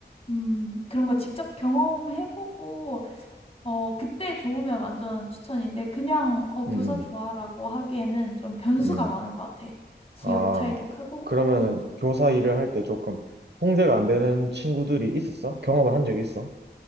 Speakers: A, on the left; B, on the right.
A: 음, 그런 걸 직접 경험해보고 어, 그때 좋으면 완전 추천인데, 그냥, 어, 교사
B: 음,
A: 좋아라고 하기에는 좀 변수가
B: 음,
A: 많은
B: 음.
A: 것 같아. 지역
B: 아,
A: 차이도 크고.
B: 그러면은
A: 음.
B: 교사 일을 할 때 조금 통제가 안 되는 친구들이 있었어? 경험을 한 적이 있어?